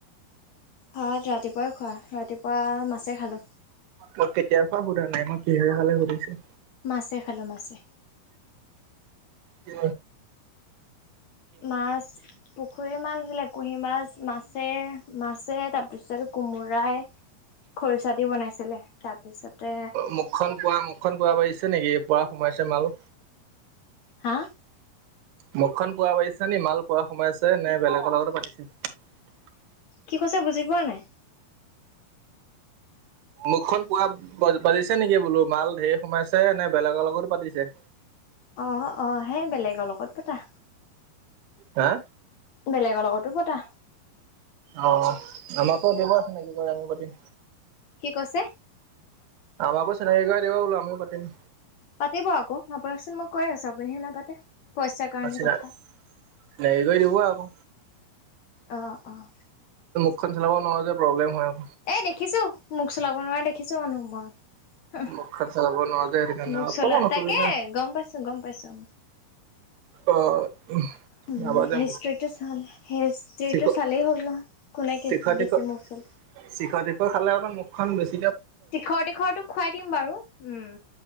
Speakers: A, on the left; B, on the right.
A: ভাত ৰাতিপুৱাই খোৱা ৰাতিপুৱা মাছে খালো
B: মই কেতিয়াৰ পৰাোৱা সোধা নাই মই কিহীয়া খালে সুধিছো
A: মাছে খালো মাছে
B: কি
A: মাছ পুখুৰী মাছ বিল কুহি মাছ মাছে মাছে তাৰ পিছত কোমোৰা খৰিচা দি বনাইছিলে তাৰপিছতে
B: মুখখন পুৱা মুখখন পোৱা বাঢ়িছে নেকি পুৱা সোমাইছে মাল
A: হা
B: মুখখন পোৱা পাতিছো নি মাল পোৱা সোমাই আছে নে বেলেগৰ লগতো পাতিছে
A: কি কৈছে বুজি পোৱা নাই
B: মুখখন পোৱা বাজিছে নেকি বোলো মাল ঢেৰ সোমাইছে নে বেলেগৰ লগত পাতিছে
A: আহ আহ সেই বেলেগৰ লগত পতা
B: হা
A: বেলেগৰ লগতো পতা
B: অ আমাকো দিব আছে নেকি ক আমি পাতিম
A: কি কৈছে
B: আমাকো চিনাকি কৰাই দিব বুলো, আমিও পাতিম।
A: পাতিব আকৌ, আপোনাকচোন মই কৈ আছো, আপুনিহে নাপাতে। পইচাৰ কাৰণে
B: চিনাকি
A: কথা
B: কৰি দিব আকৌ
A: অ', অ'।
B: <unintelligible> চলাব নোৱাৰো যে প্ৰব্লেম হয় আৰু।
A: এ দেখিছো মোক চলাব নোৱাৰা দেখিছো মানুহ মই।
B: মুখখন চলাব নোৱাৰো যে সেইটো কাৰণে
A: মোক
B: অকমান
A: চলা
B: অসুবিধা
A: তাকে, গম পাইছো, গম পাইছো।
B: অ',
A: উম
B: আবাজে
A: হিষ্ট্ৰীটো চাল হিষ্ট্ৰীটো
B: খ
A: চালেই হ'ল নহয় কোনে
B: শখীখ
A: বেছি মোক চলায়
B: শিখৰ শীখৰ খালে অককল মুখখন বেছি
A: তীখৰ দীখৰো খুৱাই দিম বাৰু উম